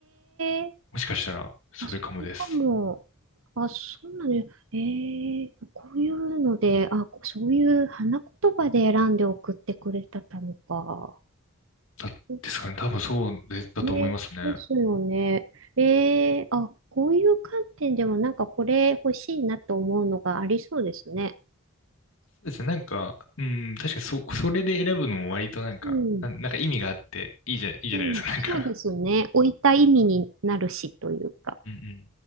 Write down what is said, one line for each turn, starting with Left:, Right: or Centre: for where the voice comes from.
Right: え。
Left: もしかしたらそれかもです。
Right: あ、それかも。あ、そうなのよ。ええこういうので、あ、こそういう花言葉で選んで送ってくれてたのか。
Left: だ、
Right: うん
Left: ですかね。多分そうで、だと思いますね。
Right: ね、ですよね。ええあ、こういう観点でもなんかこれ欲しいなと思うのがありそうですね。
Left: そうですね。なんか、うん、確かにそ、それで選ぶのも割となんか、
Right: うん、
Left: な、なんか意味があって、いいじゃ、いいじゃないですか。
Right: うん、
Left: なんか、
Right: そうですね。置いた意味になるしというか。
Left: うん